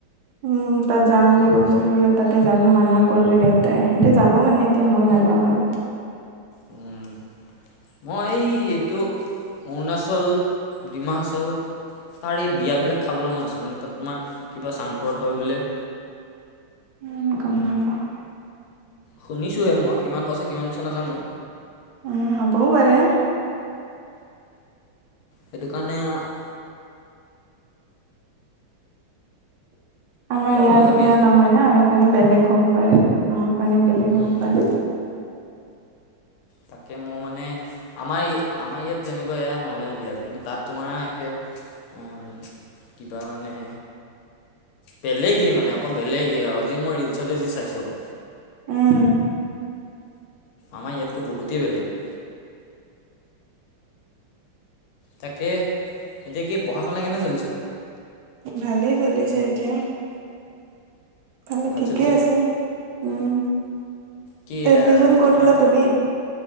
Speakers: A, on the right; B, on the left.
A: উম তাত যাম বুলি কৈছিলো তাৰছত তাতে যাব মানা কৰিলে দেউতাই। সিহঁতে যাব মানে এতিয়া, মই নাযাওঁ আৰু
B: উম মই এই এইটো অৰুণাচল ডিমা হাচাও তাৰ এই বিয়াবিলাক খাবলৈ মন আছে মানে তাত তোমাৰ কিবা চাংঘৰত হয় বোলে।
A: উম গম নাপাওঁ
B: শুনিছোঁহে মই কিমান সঁচা কিমান মিছা নাজানোঁ।
A: উম হবও পাৰে।
B: সেইটো কাৰণে আৰু
A: আমাৰ
B: যাবলৈ
A: ইয়াত
B: ভাবি
A: নিচিনা
B: আছোঁ
A: নহয় ন, সেইকাৰণে বেলেগ হ'ব পাৰে। আমাৰ কাৰণে বেলেগ
B: উম,
A: হ'ব
B: উম,
A: পাৰে।
B: তাকে মই মানে আমাৰ আমাৰ ইয়াত যেনেকুৱা এয়া নৰ্মেল বিয়াত কিন্তু তাত তোমাৰ একে উম কিবা মানে বেলেগে মানে অকণ বেলেগে আজি মই ৰিলচতে যি চাইছো আৰু
A: উম।
B: আমাৰ ইয়াতকৈ বহুতেই বেলেগ। তাকে, এতিয়া কি পঢ়া শুনা কেনে চলিছে।
A: ভালেই চলিছে এতিয়া ভালে
B: ভাল
A: ঠিকেই
B: চলিছে
A: আছে উম
B: কি
A: এডমিশন
B: এ,
A: ক'ত
B: তোমাৰ
A: ললা তুমি?